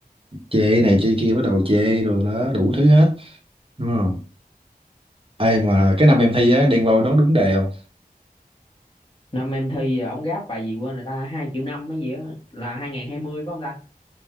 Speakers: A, on the right; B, on the left.
A: chê này chê kia bắt đầu chê đồ đó đủ thứ hết đúng không ai mà cái năm em thi á đen vâu đó đúng đề không
B: năm em thi ông gáp bài gì quên rồi ta hai triệu năm mấy gì á là 2020 phải không ta